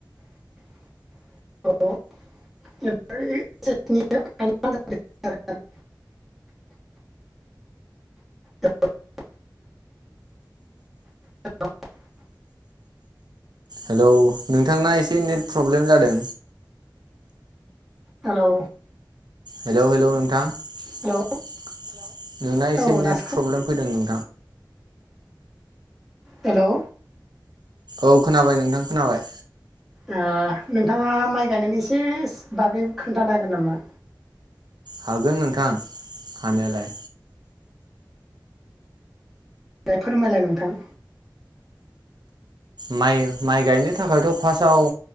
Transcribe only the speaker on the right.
हेलौ नोंथांना एसे नेट प्रब्लेम जादों।
हेलौ हेलौ नोंथां नोंना
एसे
नेट
प्रब्लेम फैदों नों
औ खोनाबाय नोंथां खोनाबाय।
हागोन नोंथां हानायालाय।
माइ माइ गायनो थाखायथ' फार्स्टआव